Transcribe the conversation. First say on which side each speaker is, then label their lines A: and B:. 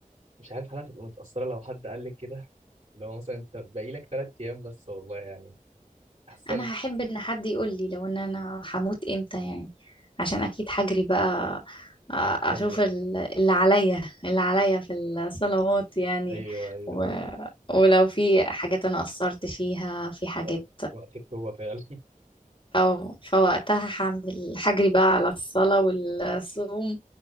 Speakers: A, on the right (about 45°); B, on the left (about 35°).
A: مش عارف هل هتبقى متأثرة لو حد قال لك كده لو مثلا انت باقي لك ثلاث ايام بس والله يعني احسن
B: انا هحب ان حد يقول لي لو ان انا هموت امتى يعني عشان اكيد هجري بقى آه،
A: تصلي
B: اشوف ال- اللي عليا اللي عليا في الصلوات يعني
A: ايوه ايوه
B: و...
A: ايوه
B: ولو في حاجات انا قصرت فيها في حاجات
A: وقت وقت التوبة فعلا
B: او فوقتها هعمل هجري بقى على الصلاة والصوم